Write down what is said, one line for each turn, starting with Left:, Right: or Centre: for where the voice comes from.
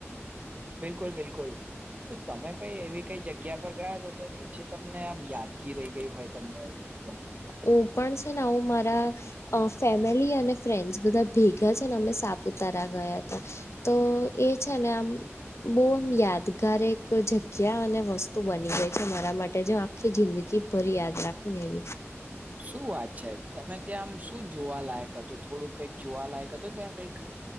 Right: બિલકુલ-બિલકુલ તમે કઈ એવી કઈ જગ્યા પર ગયા તો-તો જે તમને આમ યાદગી રહી ગઇ હોય તમને જગ્યા.
Left: ઓ પણ છે ને ઓ મારા અ ફેમિલી અને ફ્રેન્ડસ બધા ભેગા છે ને અમે સાપુતારા ગયા હતા. તો એ છે ને આમ બો આમ યાદગાર એક જગ્યા અને વસ્તુ તું બની ગય છે મારા માટે જે આખી જિંદગી ભરી યાદ રાખું ને એવી.
Right: શું વાત છે તમે ત્યાં આમ શું જોવાલાયક હતું થોડું કઈક જોવાલાયક હતું ત્યાં. કંઈક.